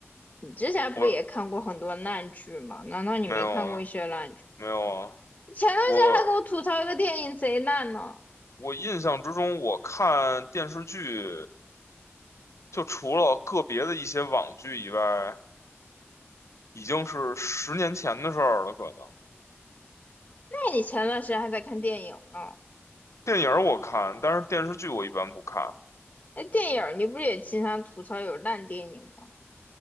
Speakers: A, on the left; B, on the left.
A: 你之前不也看过很多烂剧吗？
B: 我
A: 难道你没看过一些烂剧？
B: 没有啊，没有啊。
A: 前段时间还给我吐槽一个电影贼烂呢。
B: 我我印象之中，我看电视剧，就除了个别的一些网剧以外，已经是十年前的事儿了。可能
A: 那你前段时间还在看电影呢？
B: 电影儿我看，但是电视剧我一般不看。
A: 哎，电影儿你不是也经常吐槽有烂电影吗？